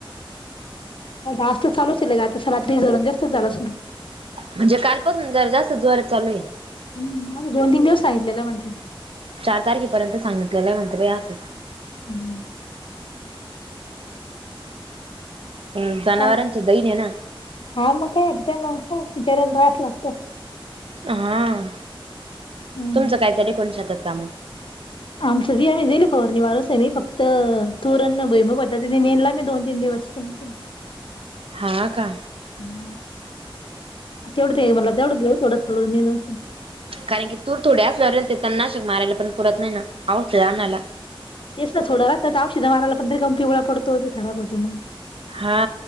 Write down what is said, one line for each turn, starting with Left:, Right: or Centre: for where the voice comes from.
Left: आज त चालूच ए लगे. आता रात्री <unintelligible> जास्तच झाला सुरु.
Right: म्हणजे कालपासून जरा जास्त जोरत चालूये.
Left: हम्म आजू दोन- तीन दिवस सांगितलेलं म्हणत्या.
Right: चार तारखेपर्यंत सांगितलेलं म्हणत्या बाई अस.
Left: हम्म.
Right: हम्म जनावरांची
Left: काय
Right: दहीने ना.
Left: हा मग काय, अ त्यानला काय बिचाराला राहास लागत.
Right: हा.
Left: हम्म
Right: तुमचं काय चालूय काणू शेतात काम?
Left: आमचं वी आम्ही देईल फवारणी मारून सनी, फक्त तूरण भूयमुग होता. ते निदला मी दोन तीन दिवस. चमचम
Right: हा का?
Left: हो. तेवढं ते मला तेवढं घेऊ थोडंच करून निदून.
Right: कारण की तूर थोडे असल्यावर ते तन नाशक माराला पण परवडत नाही ना. औषध आणला.
Left: तेच ना थोडं राहत त औषध मारायला पण रीकम पिवळा पडतो ते खराब होतो मग.
Right: हा,